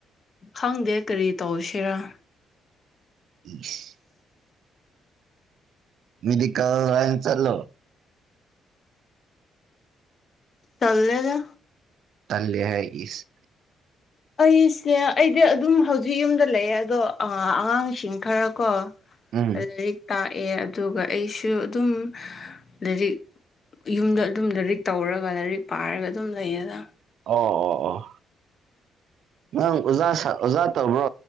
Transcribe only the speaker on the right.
ꯏꯁ <unintelligible>
ꯇꯟꯂꯦ ꯍꯥꯏ ꯏꯁ
ꯎꯝ
ꯑꯣ ꯑꯣ ꯑꯣ ꯅꯪ ꯑꯣꯖꯥ ꯑꯣꯖꯥ ꯇꯧꯕ꯭ꯔꯣ